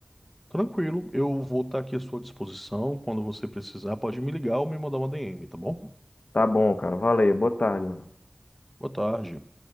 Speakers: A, in the centre; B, on the left (about 85°).
A: Tranquilo, eu vou estar aqui à sua disposição. Quando você precisar, pode me ligar ou me mandar uma DM, tá bom?
B: Tá bom, cara. Valeu. Boa tarde, mano.
A: Boa tarde.